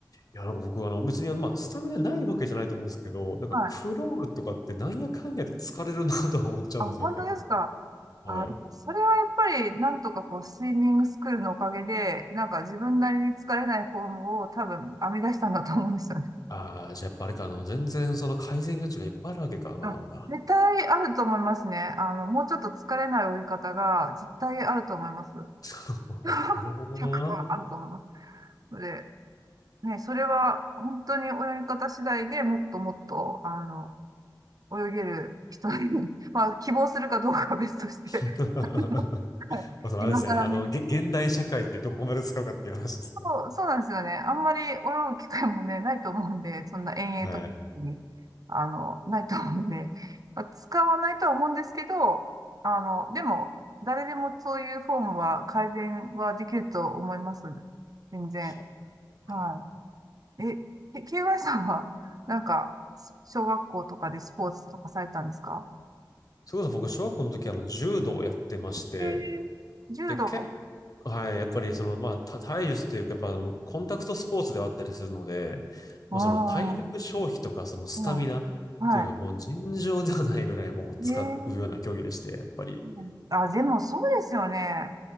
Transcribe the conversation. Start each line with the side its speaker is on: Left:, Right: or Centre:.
Left: いや、なんか僕、あの、別に、まあ、スタミナないわけじゃないと思うんですけど、なんか、
Right: はい。
Left: クロールとかってなんやかんやで疲れるなとは思っちゃうんですよね。
Right: あ、本当ですか。
Left: はい。
Right: あ、それはやっぱり、なんとかこう、スイミングスクールのおかげで、なんか自分なりに疲れないフォームを多分編み出したんだと思うんですよね。
Left: ああ、じゃあやっぱあれか、あの、全然その改善余地がいっぱいあるわけか、まだまだ。
Right: あ、絶対あると思いますね。あの、もうちょっと疲れない泳ぎ方が絶対あると思います。
Left: <laughs>
Right: <laughs>
Left: なるほどな。
Right: 100%あると思います。ので、ね、それは本当に泳ぎ方次第でもっともっと、あの、泳げる人に <laughs> まあ、希望するかどうかは別として
Left: <laughs>
Right: <laughs>
Left: ま
Right: はい今更ね
Left: あ、そのあれですね、あの、げ、現代社会ってどこまで使うかっていう話ですね。
Right: そう、そうなんですよね。あんまり泳ぐ機会もね、ないと思うんで、そんな遠泳とかに、
Left: はいはい。
Right: あの、ないと思うんで、まあ、使わないとは思うんですけど、あの、でも、誰でもそういうフォームは改善はできると思います。全然。
Left: は、なるほど。
Right: はい。え、え KY さんは、なんか、小学校とかでスポーツとかされたんですか
Left: それこそ僕、小学校の時、あの、柔道をやってまして、
Right: えー、柔道。
Left: で、結構、はい、やっぱりその、まあ、た体術というか、やっぱあの、コンタクトスポーツではあったりするので、
Right: ああ、
Left: まあ、その体力消費とか、そのスタミナっていうか、
Right: うん。は
Left: もう尋常ではないぐらいもう使うような競技でして、
Right: い。え
Left: やっぱり。
Right: ー、あ、でもそうですよね。